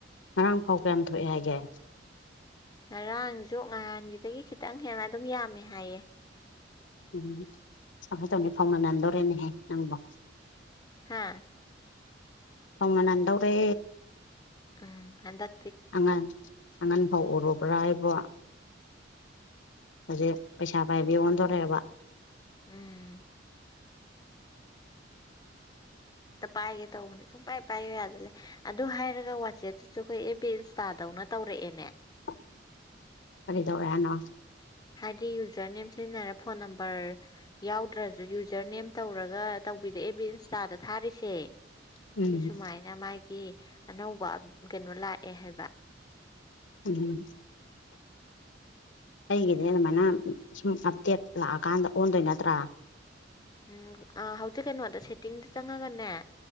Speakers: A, on the left; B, on the left.
A: ꯉꯔꯥꯡ ꯐꯥꯎ ꯀꯌꯥꯝ ꯊꯣꯛꯑꯦ ꯍꯥꯏꯒꯦ
B: ꯉꯔꯥꯡꯁꯨ ꯉꯍꯥꯟꯒꯤꯗꯒꯤ ꯈꯤꯇꯪ ꯍꯦꯟꯅ ꯑꯗꯨꯝ ꯌꯥꯝꯃꯦ ꯍꯥꯏꯌꯦ
A: ꯎꯝ ꯀꯃꯥꯏ ꯇꯧꯅꯤ ꯐꯧꯅ ꯅꯟꯗꯣꯔꯦꯅꯦꯍꯦ ꯅꯪꯕ
B: ꯑ
A: ꯐꯉ ꯅꯟꯗꯧꯔꯦ
B: ꯎꯝ ꯍꯗ
A: ꯑꯉꯟ ꯑꯉꯟ ꯐꯥꯎ ꯎꯨꯔꯕ꯭ꯔꯥ ꯍꯥꯏꯕ꯭ꯔꯣ ꯍꯧꯖꯤꯛ ꯄꯩꯁꯥ ꯄꯥꯏꯕꯤ ꯑꯣꯟꯊꯣꯔꯦꯑꯕ
B: ꯎꯝ ꯇ ꯄꯥꯏꯒꯦ ꯇꯧꯕꯅꯦ ꯁꯨꯡ ꯄꯥꯏ ꯄꯥꯏꯒꯦ ꯌꯥꯗꯜꯂꯦ ꯑꯗꯨ ꯍꯥꯏꯔꯒ ꯋꯥꯆꯦꯞꯁꯤꯁꯨ ꯑꯩꯈꯣꯏ ꯑꯦ ꯕꯤ ꯏꯟꯁꯇꯥꯗꯧ ꯪꯅ ꯇꯧꯔꯛꯑꯦꯅꯦ
A: <inaudible> ꯈꯔꯤꯗꯋꯦꯅ
B: ꯍꯥꯏꯗꯤ ꯌꯨꯖꯔ ꯅꯦꯝ ꯁꯤꯖꯤꯟꯅꯔꯦ ꯐꯣꯟ ꯅꯝꯕꯔ ꯌꯥꯎꯗ꯭ꯔꯁꯨ ꯌꯨꯖꯔ ꯅꯦꯝ ꯇꯧꯔꯒ ꯇꯧꯕꯤꯔꯛꯑꯦꯕꯕꯤ ꯏꯟꯁꯇꯥꯗ ꯊꯥꯔꯤꯁꯦ
A: ꯎꯝ
B: ꯁꯤ ꯁꯨꯃꯥꯏꯅ ꯃꯥꯒꯤ ꯑꯅꯧꯕ ꯀꯩꯅꯣ ꯂꯥꯛꯑꯦ ꯍꯥꯏꯕ
A: ꯎꯝ ꯍꯩꯒꯗ ꯃꯅ ꯁꯨꯝ ꯑ ꯂꯥꯛꯑꯀꯥꯟꯗ ꯑꯣꯟꯗꯣꯏ ꯅꯠꯇ꯭ꯔꯥ
B: ꯎꯝ ꯍꯧꯖꯤꯛ ꯀꯩꯅꯣꯗ ꯁꯦꯠꯇꯤꯡꯗ ꯆꯪꯉꯒꯅꯦ